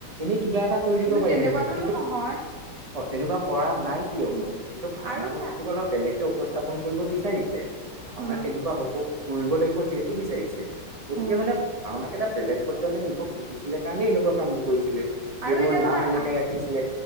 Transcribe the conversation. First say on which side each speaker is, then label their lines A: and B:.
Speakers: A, on the right; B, on the right.
A: এনেই কিবা এটা কৰি
B: কিন্তু
A: দিব পাৰিলেহেতেন
B: তেনেকুৱাতোতো
A: কিন্তু
B: নহয়
A: অ 'তেনেকুৱা কৰা নাই কিয়
B: উম
A: এইটো ভাওনা
B: আৰু
A: বস্তুটো
B: চা
A: অলপ বেলেগকে উপস্থাপন কৰিব বিচাৰিছে ভাওনা
B: অ
A: কেনেকুৱা হব কৰিব লাগিব সেইটো বিচাৰিছ। গতিকে
B: অ
A: মানে ভাওনাক এটা বেলেগ পৰ্যায়লৈ নিব খুজিছিলে কাৰণে এনেকুৱা কামবোৰ কৰিছিলে।
B: আৰু
A: এইবোৰ
B: এতিয়া
A: নাম
B: ধৰ
A: এনেকে
B: আখ
A: ৰাখিছিলে